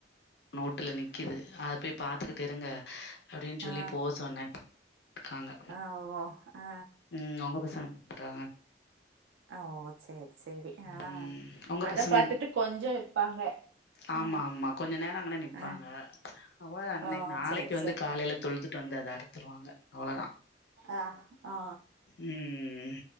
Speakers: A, on the left (about 65°); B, on the right (about 85°).
A: நோட்டுல நிக்குது அத போய் பாத்துக்கிட்டு இருங்க அப்டின் சொல்லி
B: ஆ
A: போ சொன்ன அங்க
B: ஆ ஓ ஆ
A: ம் உங்க பசங்க என்ன பண்றாங்க
B: ஆ ஓ சேரி சேரி ஆ
A: ம் உங்க
B: அத
A: பசங்க
B: பாத்துட்டு கொஞ்சோ இருப்பாங்க
A: ஆமா
B: ஆ
A: ஆமா கொஞ்சோ நேரோ அங்கன நிப்பாங்க
B: ஆ
A: அவ்ளோதா இன்னைக்
B: ஓ
A: நாளைக்கு
B: சேரி
A: வந்து
B: சேரி
A: காலைல தொழுதுட்டு வந்து அத அறுத்துருவாங்க அவ்ளோதா
B: அ ஆ
A: ம்